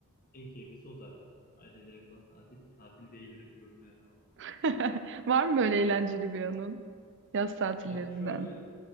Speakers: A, on the left; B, on the right.
A: en keyiflisi o zaten. Aileyle yapılan tatil tatil değildir diyorum yani ben buna.
B: <laughs> Var mı böyle eğlenceli bir anın yaz tatillerinden?
A: Yani şöyle